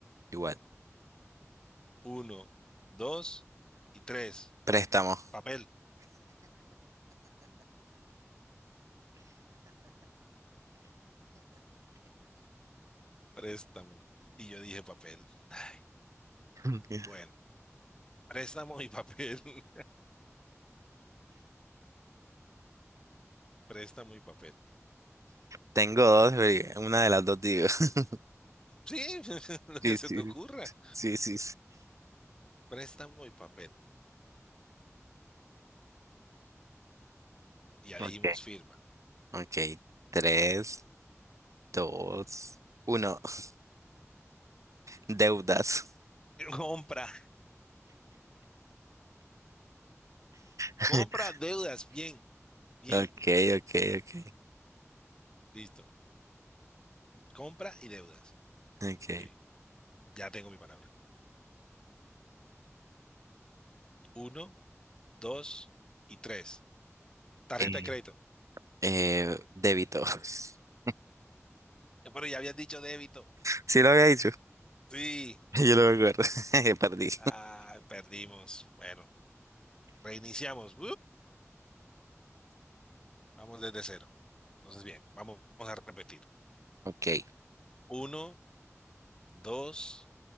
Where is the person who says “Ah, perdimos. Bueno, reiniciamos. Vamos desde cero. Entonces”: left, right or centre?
Left